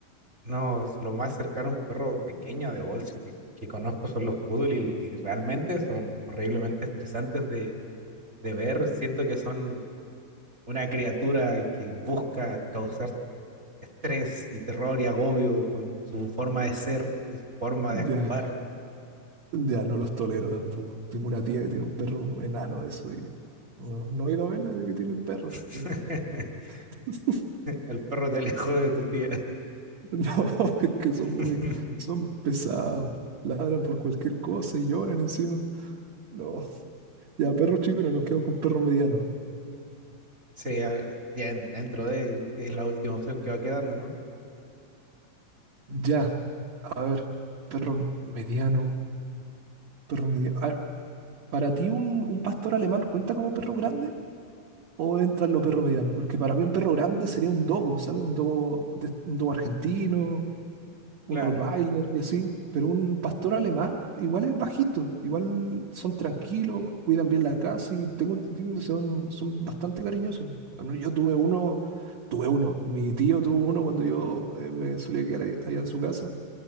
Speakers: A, on the right; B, on the right.
A: No, es lo más cercano a un perro pequeño de bolso que, que conozco son los poodle y, y realmente son horriblemente estresantes de, de ver. Siento que son una criatura que busca causar estrés y terror y agobio con su forma de ser y su forma de actuar.
B: Ya. Ya no los tolero tampoco. Tengo una tía que tiene un perro enano de eso y no, no he ido a verla de que tiene el perro.
A: <laughs>
B: porque- <laughs>
A: El perro te alejó de tu tía.
B: No, es que son
A: <laughs>
B: muy, son muy pesados. Ladran por cualquier cosa y lloran encima. No, ya perros chicos no nos quedamos con perros medianos.
A: Sí, a- ya en- dentro de es la última opción que va quedando, ¿no?
B: Ya, a ver, perro mediano, perro mediano. A ver, ¿para ti un, un pastor alemán cuenta como perro grande o entra en lo perro mediano? Porque para mí un perro grande sería un dogo, ¿sabes? Un dogo, de- un dogo argentino un
A: Claro,
B: Rottweiler y así, pero un pastor alemán igual es bajito, igual son tranquilos, cuidan bien la casa y tengo entendido que son, son bastante cariñosos. Al menos yo tuve uno, tuve uno, mi tío tuvo uno cuando yo eh, me solía quedar ahí- allá en su casa